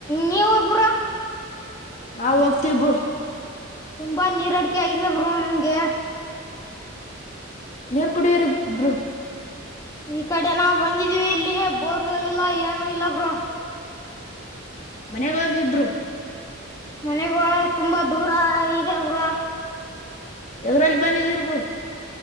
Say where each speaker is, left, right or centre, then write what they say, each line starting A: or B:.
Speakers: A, on the left; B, on the left.
A: ನೀವು ಬ್ರೋ
B: ನಾವು ಹೋಗ್ತಿವ್ ಬ್ರೋ
A: ತುಂಬಾ ನೀರ್ ಅಡಿಕೆ ಆಯ್ತಿದೆ ಬ್ರೋ ನನ್ಗೆ
B: ನೀರ್ ಕುಡಿಯಿರಿ ಬ್ರೋ.
A: ಈ ಕಡೆ ನಾವು ಬಂದಿದೀವಿ ಇಲ್ಲಿ ಬೋರ್ವೆಲ್ ಇಲ್ಲ ಏನು ಇಲ್ಲ ಬ್ರೋ
B: ಮನೆಗ್ ಹೋಗಿ ಬ್ರೋ
A: ಮನೆಗೂ ತುಂಬಾ ದೂರ ಇದೆ ಬ್ರೋ
B: ಎದ್ರಲ್ಲಿ ಬಂದಿದರ ಬೆಯೋ